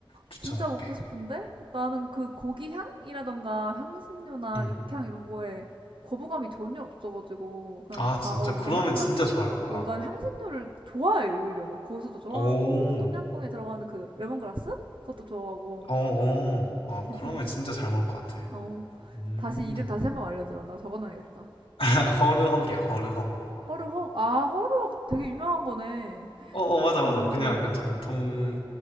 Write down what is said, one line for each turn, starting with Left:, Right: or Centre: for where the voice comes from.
Left: 추천할게.
Right: 진짜 먹고 싶은데? 나는 그 고기 향이라던가 향신료나
Left: 음.
Right: 육향 이런 거에 거부감이 전혀 없어가지고, 그냥
Left: 아,
Right: 다,
Left: 진짜?
Right: 어,
Left: 그러면
Right: 나 향, 난,
Left: 진짜 좋아할 거야.
Right: 어, 난 향신료를 좋아해, 오히려. 막 고수도 좋아하고,
Left: 오,
Right: 똠양꿍에 들어가는 그 레몬그라스? 그것도 좋아하고,
Left: 어, 어. 아,
Right: 괜찮아서.
Left: 그러면 진짜 잘 먹을 것 같아.
Right: 어.
Left: 음.
Right: 다시 이름 다시 한번 알려주라. 나 적어놔야겠다.
Left: <laughs> 허르헉이야, 허르헉.
Right: 허르헉. 아, 허르헉 되게 유명한 거네.
Left: 어, 어, 맞아, 맞아.
Right: 오,
Left: 그냥 약간 전통